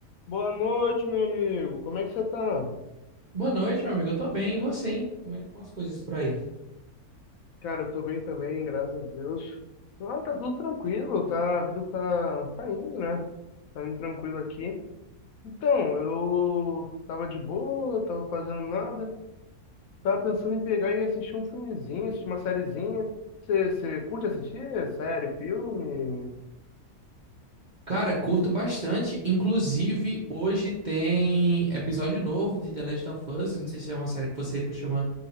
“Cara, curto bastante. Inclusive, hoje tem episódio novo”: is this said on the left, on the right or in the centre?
Right